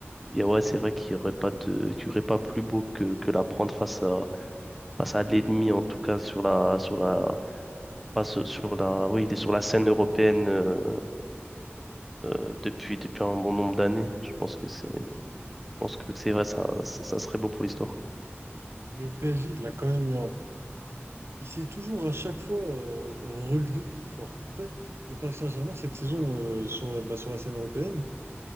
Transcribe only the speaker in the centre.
y a- ouais, c'est vrai qu'il n'y aurait pas de, qu'il y aurait pas plus beau que, que la prendre face à, face à l'ennemi, en tout cas sur la, sur la, pas sur sur la, oui, il est sur la scène européenne euh, euh, depuis, depuis un bon nombre d'années. Je pense que c'est, je pense que c'est vrai, ça, ça ça serait beau pour l'histoire.